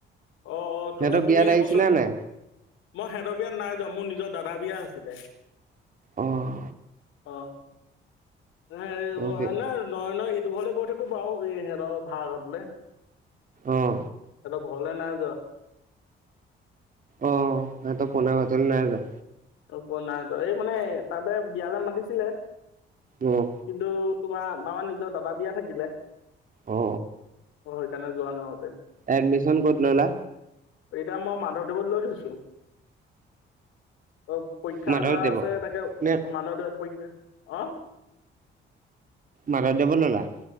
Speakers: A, on the left (about 85°); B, on the right (about 45°).
A: অ-অ-অ,
B: সিহঁতৰ বিয়াত
A: তুমি
B: আহিছিলা
A: এবছৰ মই
B: নাই?
A: সিহঁতৰ বিয়াত নাই যোৱা, মোৰ নিজৰ দাদা বিয়া আছিলে।
B: অ',
A: অ, ন
B: অ',
A: নহয়-নহয় যোৰহাট লে গৈ থাকো বাৰু, সিহঁতৰ ভাড়া ঘৰটোলে
B: অ'হ
A: ঘৰলে নাই যোৱা?
B: অ, সিহঁতৰ পুৰণা ঘৰটোলে নাই যোৱা।
A: পুৰণা, <unintelligible> এই মানে তাতে বিয়ালৈ মাতিছিলে,
B: অ',
A: কিন্তু তোমাৰ আমাৰ নিজৰ দাদা বিয়া থাকিলে।
B: অ
A: অ, সেইকাৰণে যোৱা নহ'লে।
B: এডমিশ্যন ক'ত ল'লা?
A: এতিয়া মই মাধৱদেৱত লৈ থৈছো। অ, পৰীক্ষা
B: মাধৱদেৱত
A: হৈ আছে, তাকে
B: নে
A: মাধৱদেৱ পৰিছে, অ
B: মাধৱদেৱত ল'লা?